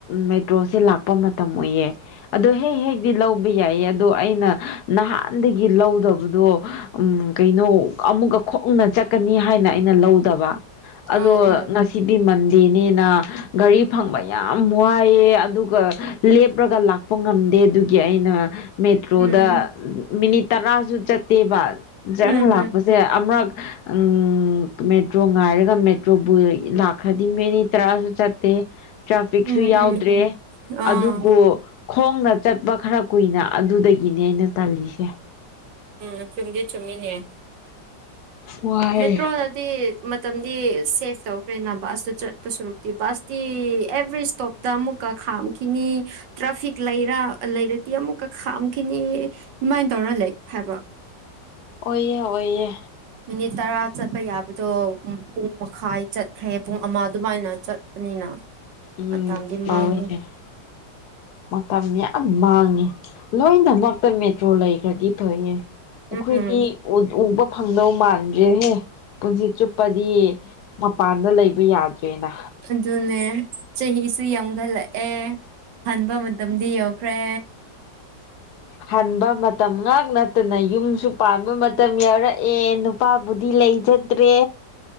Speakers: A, on the left (about 70°); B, on the right (about 85°).
A: ꯃꯦꯇ꯭ꯔꯣꯁꯦ ꯂꯥꯛꯄ ꯃꯇꯝ ꯑꯣꯏꯌꯦ ꯑꯗꯣ ꯍꯦꯛ ꯍꯦꯛꯗꯤ ꯂꯧꯕ ꯌꯥꯏꯌꯦ ꯑꯗꯣ ꯑꯩꯅ ꯅꯍꯥꯟꯗꯒꯤ ꯂꯧꯗꯕꯗꯣ ꯎꯝ ꯀꯩꯅꯣ ꯑꯃꯨꯛꯀ ꯈꯣꯡꯅ ꯆꯠꯀꯅꯤ ꯍꯥꯏꯅ ꯑꯩꯅ ꯂꯧꯗꯕ ꯑꯗꯣ
B: ꯑꯥ ꯑꯥ
A: ꯉꯁꯤꯗꯤ ꯃꯟ ꯗꯦꯅꯤꯅ ꯒꯥꯔꯤ ꯐꯪꯕ ꯌꯥꯝ ꯋꯥꯏꯌꯦ ꯑꯗꯨꯒ ꯂꯦꯞꯄ꯭ꯔꯒ ꯂꯥꯛ ꯄꯨꯡ ꯑꯝꯗꯤ ꯑꯗꯨꯒꯤ ꯑꯩꯅ ꯃꯦꯇ꯭ꯔꯣꯗ
B: ꯎꯝ
A: ꯃꯤꯅꯤꯠ ꯇꯔꯥꯁꯨ ꯆꯠꯇꯦꯕ ꯖꯡ
B: ꯎꯝ
A: ꯂꯥꯛꯄꯁꯦ ꯑꯃꯛ ꯑꯝ ꯃꯦꯇ꯭ꯔꯣ ꯉꯥꯏꯔꯒ ꯃꯦꯇ꯭ꯔꯣꯕꯨ ꯂꯥꯛꯈ꯭ꯔꯗꯤ ꯃꯤꯅꯤꯠ ꯇꯔꯥꯁꯨ ꯆꯠꯇꯦ ꯇ꯭ꯔꯥꯐꯤꯛꯁꯨ
B: ꯎꯝ ꯎꯝ
A: ꯌꯥꯎꯗ꯭ꯔꯦ
B: ꯎꯝ ꯑꯥ
A: ꯑꯗꯨꯕꯨ ꯈꯣꯡꯅ ꯆꯠꯄ ꯈꯔ ꯀꯨꯏꯅ ꯑꯗꯨꯗꯒꯤꯅꯦ ꯑꯩꯅ ꯇꯜꯂꯤꯁꯦ
B: ꯎꯝ ꯆꯨꯝꯗꯤ ꯆꯨꯝꯃꯤꯅꯦ
A: ꯋꯥꯏ
B: ꯃꯦꯠꯇ꯭ꯔꯣ <unintelligible> ꯇꯤ ꯃꯇꯝꯗꯤ ꯁꯦꯐ ꯇꯧꯈ꯭ꯔꯦꯅ ꯕꯁꯇꯨ ꯆꯠꯄ ꯁꯔꯨꯛꯇꯤ ꯕꯁꯇꯤ ꯑꯦꯚ꯭ꯔꯤ ꯏꯁꯇꯣꯞ ꯇ ꯃꯨꯛꯀ ꯈꯥꯝꯈꯤꯅꯤ ꯇ꯭ꯔꯥꯐꯤꯛ ꯂꯩꯔ ꯂꯩꯔꯗꯤ ꯑꯃꯨꯛꯀ ꯈꯥꯝꯈꯤꯅꯤ ꯑꯗꯨꯃꯥꯏꯅ ꯇꯧꯔ ꯂꯩ ꯍꯥꯏꯕ
A: ꯑꯣꯏꯌꯦ ꯑꯣꯏꯌꯦ
B: ꯃꯤꯅꯤꯠ ꯇꯔꯥ ꯆꯠꯄ ꯌꯥꯕꯗꯣ ꯄꯨꯡ ꯃꯈꯥꯏ ꯆꯠꯈ꯭ꯔꯦ ꯄꯨꯡ ꯑꯃ ꯑꯗꯨꯃꯥꯏꯅ ꯆꯠꯄꯅꯤꯅ
A: ꯎꯝ
B: ꯃꯇꯝꯗꯤ
A: <unintelligible>
B: ꯃꯥꯡꯉꯦ
A: ꯃꯇꯝ ꯌꯥꯝ ꯃꯥꯡꯉꯦ ꯂꯣꯏꯅꯃꯛꯇ ꯃꯦꯇ꯭ꯔꯣ ꯂꯩꯈ꯭ꯔꯗꯤ <unintelligible> ꯌꯦ ꯑꯩꯈꯣꯏꯗꯤ
B: ꯎꯝ
A: ꯎ ꯎꯕ ꯐꯪꯗꯧ ꯃꯥꯟꯗ꯭ꯔꯦꯅꯦ ꯄꯨꯟꯁꯤ ꯆꯨꯞꯄꯗꯤ ꯃꯄꯥꯟꯗ ꯂꯩꯕ ꯌꯥꯗ꯭ꯔꯦꯅ
B: ꯑꯗꯨꯅꯦ ꯆꯍꯤꯁꯨ ꯌꯥꯝꯒꯠꯂꯛꯑꯦ ꯍꯟꯕ ꯃꯇꯝꯗꯤ ꯌꯧꯈ꯭ꯔꯦ
A: ꯍꯟꯕ ꯃꯇꯝ ꯉꯥꯛ ꯅꯠꯇꯅ ꯌꯨꯝꯁꯨ ꯄꯥꯟꯕ ꯃꯇꯝ ꯌꯧꯔꯛꯑꯦ ꯅꯨꯄꯥꯕꯨꯗꯤ ꯂꯩꯖ ꯇ꯭ꯔꯦ